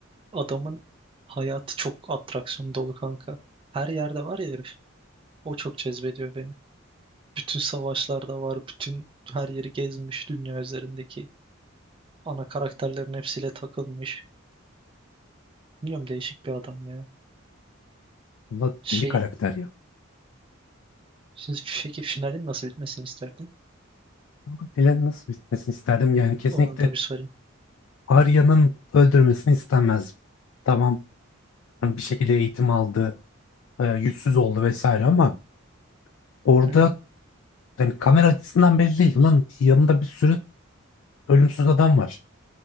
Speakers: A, on the right; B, on the left.
A: Adamın hayatı çok atraksiyon dolu kanka. Her yerde var ya herif. O çok cezbediyor beni. Bütün savaşlarda var. Bütün her yeri gezmiş. Dünya üzerindeki ana karakterlerin hepsiyle takılmış. Bilmiyorum değişik bir adam ya.
B: Allah
A: Şey,
B: deli karakter ya.
A: şimdi peki finalin nasıl bitmesini isterdin?
B: Kanka, filan nasıl bitmesini isterdim yani kesinlikle
A: Onu da bir sorayım.
B: Arya'nın öldürmesini istemezdim. Tamam hani bir şekilde eğitim aldı, e, yüzsüz oldu vesaire ama orada
A: Hı hı.
B: Yani kamera açısından belli değil. Ulan yanında bir sürü ölümsüz adam var.